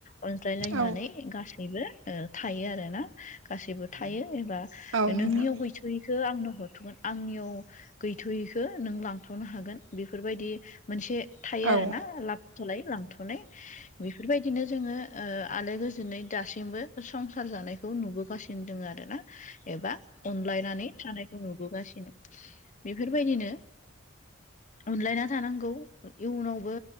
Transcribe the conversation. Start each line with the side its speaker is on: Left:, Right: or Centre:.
Left: अनज्लाय लायनानै
Right: औ नोंथां औ
Left: गासै निबो ओ थायो आरोना गासैबो थायो एबा
Right: औ नोंथां
Left: नोंनियाव नोंनियाव गैयैखौ आंनो हरथ'गोन आंनियाव गैथ'यैखो नों लांथ'नो हागोन बेफोरबायदि मोनसे थायो
Right: औ
Left: आरो ना लाबथ'लाय लांथ'नाय बेफोरबायदिनो जोङो ओ आलो गोजोनै दासिमबो संसार जानायखौ खौ नुबोगासिनो दङ आरोना एबा अनलायनानै थानायखौ नुबोगासिनो बेफोरबायदिनो अनलायना थानांगौ इयुनावबो